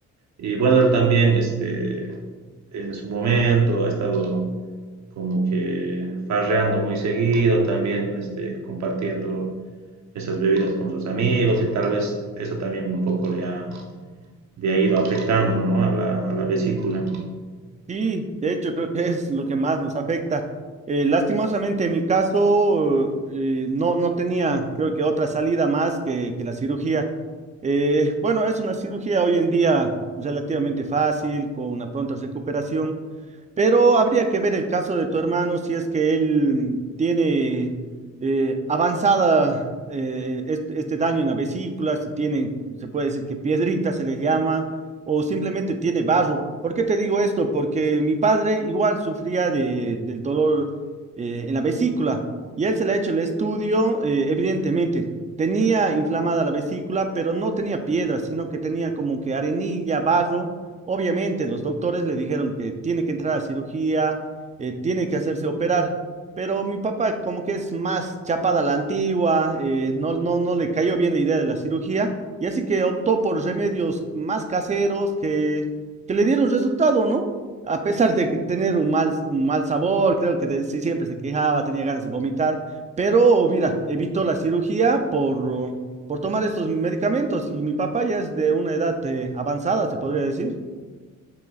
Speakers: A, on the right (about 60°); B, on the right (about 25°).
A: Y bueno, él también este, en su momento ha estado como que farreando muy seguido, también este, compartiendo esas bebidas con sus amigos y tal vez eso también un poco le ha, le ha ido afectando ¿no? a la, a la vesícula.
B: Sí, de hecho creo que es lo que más nos afecta. Eh, lastimosamente en mi caso eh, no, no tenía creo que otra salida más que, que la cirugía. Eh, bueno, es una cirugía hoy en día relativamente fácil, con una pronta recuperación. Pero habría que ver el caso de tu hermano si es que él tiene eh, avanzada eh, este, este daño en la vesícula, si tiene, se puede decir que piedrita se le llama, o simplemente tiene barro. ¿Por qué te digo esto? Porque mi padre igual sufría de, del dolor eh, en la vesícula y él se le ha hecho el estudio, eh, evidentemente. Tenía inflamada la vesícula, pero no tenía piedra, sino que tenía como que arenilla, barro Obviamente, los doctores le dijeron que tiene que entrar a cirugía, eh, tiene que hacerse operar, pero mi papá como que es más chapada a la antigua, eh, no, no, no le cayó bien la idea de la cirugía, y así que optó por remedios más caseros que, que le dieron resultado, ¿no? A pesar de que tener un mal, un mal sabor, creo que de- sí, siempre se quejaba, tenía ganas de vomitar, pero mira, evitó la cirugía por... uh, por tomar estos medicamentos y mi papá ya es de una edad eh, avanzada, se podría decir.